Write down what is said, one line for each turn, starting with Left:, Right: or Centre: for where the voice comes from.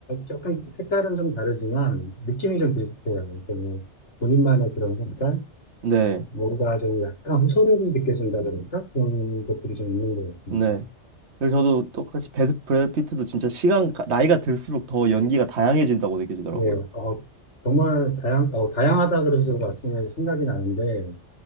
Left: 약간 색깔은 좀 다르지만 느낌이 좀 비슷해요. 그냥 본인만의 그런 색깔,
Right: 네.
Left: 뭔가 좀 약간 호소력이 느껴진다 그럴까? 그런 것들이 좀 있는 것 같습니다.
Right: 네. 그래서 저도 똑같이 배드, 브래드 피트도 진짜 시간, 가- 나이가 들수록 더 연기가 다양해진다고 느껴지더라고요.
Left: 예, 어, 정말 다양, 어, 다양하다 그래서 말씀해서 생각이 나는데